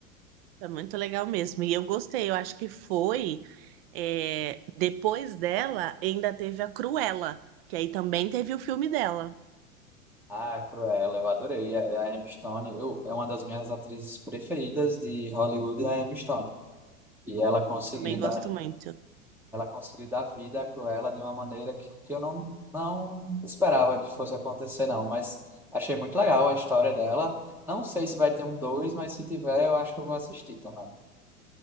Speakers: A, on the right; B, in the centre.
A: É muito legal mesmo. E eu gostei, eu acho que foi. é, depois dela, ainda teve a Cruella, que aí também teve o filme dela.
B: Ah, Cruella, eu adorei. A a Emma Stone, eu, é uma das minhas atrizes preferidas de Hollywood, é a Emma Stone. E ela conseguiu
A: Eu também gosto
B: dar
A: muito.
B: Ela conseguiu dar vida à Cruella de uma maneira que, que eu não, não esperava que fosse acontecer, não. Mas achei muito legal a história dela. Não sei se vai ter um dois mas se tiver, eu acho que eu vou assistir também.